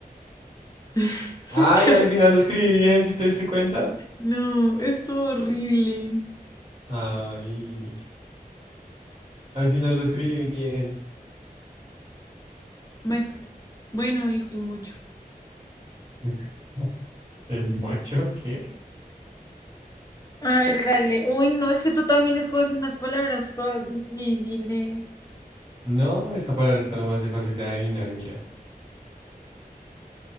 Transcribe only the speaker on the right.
Ay,
al final lo escribí bien, si te diste cuenta?
Ay. Al final lo escribí bien.
<laughs> ¿El mocho qué?
No, esta palabra está lo más de fácil de adivinar, mira.